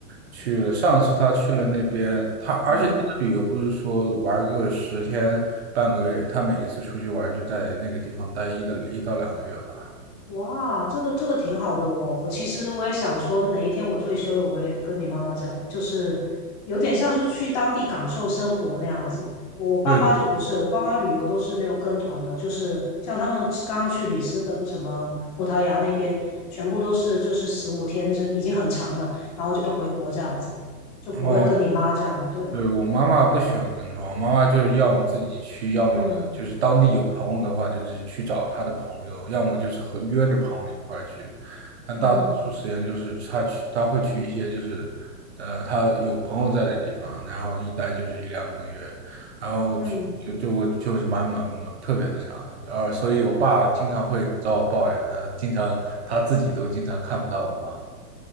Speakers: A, on the right; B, on the left.
A: 去了。上次他去了那边，他而且他的旅游不是说玩个十天半个月，
B: 嗯。
A: 他每一次出去玩就在那个地方待一到一到两个月吧。
B: 哇，这个这个挺好的哦。我其实我也想说，哪一天我退休了，我也跟你妈妈这样，就是有点像是去当地感受生活那样子。我爸妈就不是，
A: 对对，
B: 我爸妈旅游都是那种跟团的，就是像他们刚刚去里斯本、什么葡萄牙那边，全部都是就是十五天，这已经很长了，然后就回国这样子，就不会跟你妈这样。
A: 哦，
B: 对，
A: 对，我妈妈不喜欢跟团，我妈妈就是要么自己去，要么就是当地有朋友的话，
B: 嗯
A: 就是去找她的朋友，要么就是和约着朋友一块儿去。但大多数时间就是她去，
B: 嗯
A: 她会去一些就是，呃，她有朋友在的地方，然后一待就是一两个月，然后去就就我就是蛮蛮蛮特别的长，
B: 嗯，
A: 然后所以我爸经常会找我抱怨，他经常他自己都经常看不到我妈。